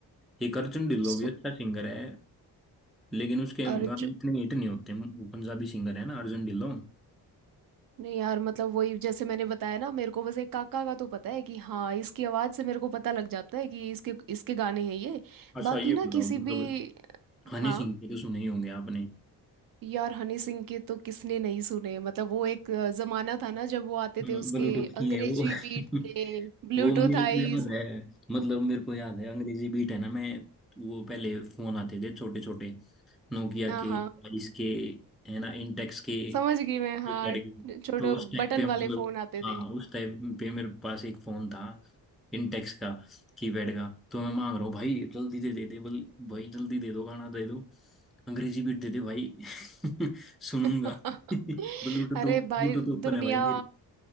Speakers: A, in the centre; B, on the right (about 55°).
A: एक अर्जुन ढिल्लो
B: सु,
A: भी अच्छा सिंगर है लेकिन उसके
B: अर्ज
A: गाने इतने हिट नहीं होते वो पंजाबी सिंगर है ना अर्जुन ढिल्लो
B: नहीं यार मतलब वही जैसे मैंने बताया ना मेरे को बस एक काका का तो पता है कि हाँ इसकी आवाज से मेरे को पता लग जाता है कि इसके इसके गाने हैं ये
A: अच्छा
B: बाकी
A: ये
B: ना
A: बताओ
B: किसी
A: मतलब
B: भी
A: हनी
B: हाँ
A: सिंह के तो सुने ही होंगे आपने
B: यार हनी सिंह के तो किसने नहीं सुने मतलब वो एक अ, जमाना था ना जब वो आते
A: ब्लूटूथ
B: थे उसके
A: की
B: अंग्रेजी
A: है वो
B: बीट
A: <laughs>
B: पे ब्लूटूथ
A: वो मेरे
B: आईज
A: को याद है मतलब मेरे को याद है अंग्रेजी बीट है ना मैं वो पहले फोन आते थे छोटे छोटे नोकिया
B: हाँ
A: के
B: हाँ
A: इसके है ना इंटेक्स के ये
B: समझ गई मैं हाँ
A: करके।
B: छोटे
A: तो उस टाइम
B: बटन
A: पे
B: वाले
A: मतलब
B: फोन आते
A: हाँ
B: थे
A: उस टाइम पे मेरे पास एक फोन था इंटेक्स का कीपैड का तो मैं मांग रहा हूँ भाई जल्दी दे दे दे बोल भाई जल्दी दे दो गाना दे दो अंग्रेजी बीट दे दे भाई <laughs> सुनूंगा
B: <laughs>
A: <laughs> ब्लूटूथ
B: अरे भाई
A: ब्लूटूथ ओपन
B: दुनिया
A: है भाई